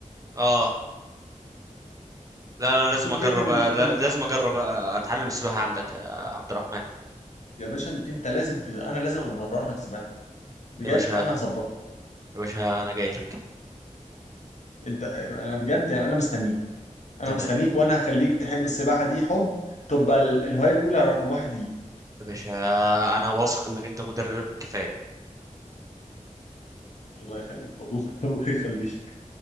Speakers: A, on the right (about 25°); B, on the left (about 60°).
A: اه لا انا لازم
B: مفيد
A: اجرب
B: جدا لل...
A: آه، لا- لازم
B: لل...
A: اجرب آه، اتعلم السباحه عندك يا عبد الرحمن
B: يا باشا انت لازم ت... انا لازم امرنك سباحه بجد
A: يا باشا
B: انا هظبطك
A: يا باشا انا جاي لك
B: انت أنا بجد يعني انا مستنيك انا
A: تمام
B: مستنيك وانا هخليك تحب السباحه دي حب تبقى ال- الهوايه الاولى رقم واحد ليك
A: يا باشا انا واثق انك انت مدرب كفايه
B: الله يخليك والله <laughs> الله يخليك